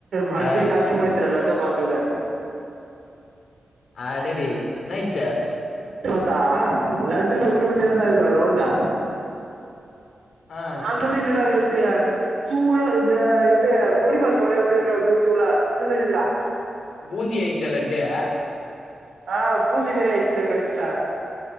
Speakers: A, on the right; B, on the left.
A: மனுசே
B: ஆ
A: கஷ்டமாச்சுடா லட்ட பாத்த உட்னே
B: அடடே ன்னாயிச்சு
A: <unintelligible> லட்டுல உருண்ட உருண்டயா தானே இருக்கு ரவுண்டா
B: ஆ
A: அந்த மாரி இலடா லட் அப்டி தூளா இந்த எப்டி பொடி மாஸ் போட்டா எப்டி இருக்கோ தூள் தூளா <unintelligible> டா
B: பூந்தி அயிச்சா லட்டு
A: ஆ பூந்தி மாரி ஆயிடிச்சுடா கடிசீல